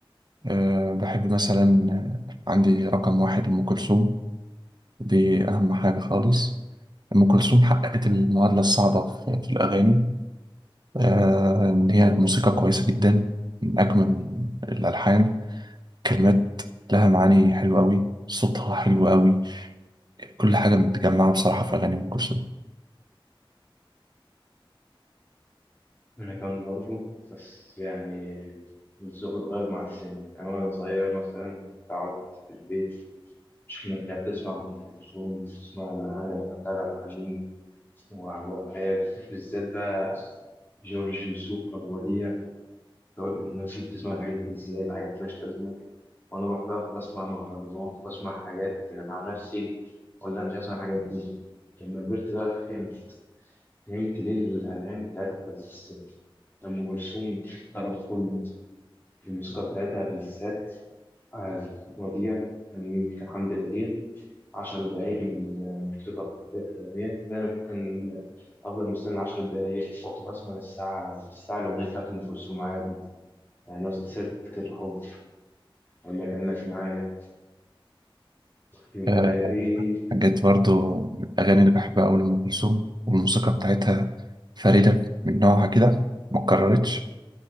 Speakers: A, on the right; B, on the left.
A: أه بحب مثلا آه، عندي رقم واحد أم كلثوم دي أهم حاجة خالص أم كلثوم حققت المعادلة الصعبة في في الأغاني أه إن هي موسيقى كويسة جدا من أجمل الألحان كلمات لها معاني حلوة أوي صوتها حلو أوي كل حاجة متجمعة بصراحة في أغاني أم كلثوم
B: أنا كمان برضو بس يعني الذوق اتغير مع السن يعني وأنا صغير مثلا قعدت في البيت مش الناس اللي بتسمع أم كلثوم بتسمع الأغاني القديمة بتاع عبد الحليم وعبد الوهاب بالذات بقى جورج وسوف أبو وديع تقعد الناس دي بتسمع الحاجات دي إزاي الحاجات مالهاش لازمة وأنا أروح بقى كنت أسمع مهرجانات بسمع حاجات مع نفسي ولا مش هسمع الحاجات دي لما كبرت بقى فهمت فهمت ليه الأغاني بتاعتهم كانت بتستمر أم كلثوم الطرب كله الموسيقى بتاعتها بالذات آه، وديع كان حمد بليغ عشر دقايق من الموسيقى في بداية الأغنية ده أنا ممكن أفضل مستني عشر دقايق وأفضل أسمع الساعة الساعة الأغنية بتاعت أم كلثوم عادي يعني مثلا سيرة الحب ولا كأنك معايا يوم
A: أه
B: لقيت
A: جت برضو من الأغاني اللي بحبها أوي لأم كلثوم والموسيقى بتاعتها فريدة من نوعها كده متكررتش